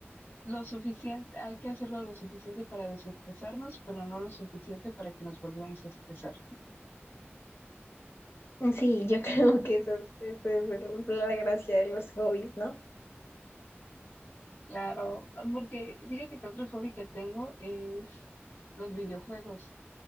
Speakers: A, on the left; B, on the left.
A: lo suficiente, hay que hacerlo lo suficiente para desestresarnos, pero no lo suficiente para que nos volvamos a estresar.
B: Sí, yo <laughs> creo que eso es, eso es el- la gracia de los hobbies, ¿no?
A: Claro, porque fíjate que otro hobby que tengo es los videojuegos.